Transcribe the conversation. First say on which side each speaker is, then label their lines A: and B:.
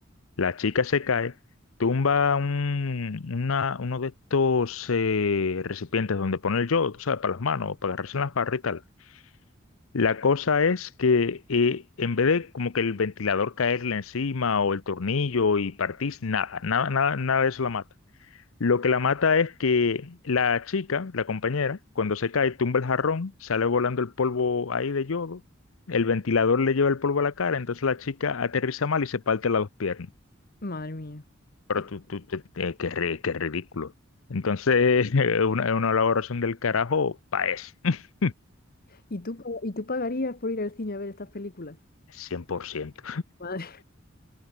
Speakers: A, on the left; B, on the left.
A: la chica se cae, tumba un, una, uno de estos eh, recipientes donde pone el yodo, tú sabes, para las manos, para agarrarse en las barras y tal. La cosa es que eh, en vez de como que el ventilador caerle encima o el tornillo y partís, nada, nada, nada, nada de eso la mata. Lo que la mata es que la chica, la compañera, cuando se cae, tumba el jarrón, sale volando el polvo ahí de yodo, el ventilador le lleva el polvo a la cara, entonces la chica aterriza mal y se parte las dos piernas.
B: Madre mía.
A: Pero
B: Es que-
A: tú, tú, tú- eh, qué, ri- qué ridículo. Entonces, <laughs> es una, es una elaboración del carajo, pa' eso, <laughs>
B: ¿Y tú, pa- y tú pagarías por ir al cine a ver estas películas?
A: 100%.
B: Madre.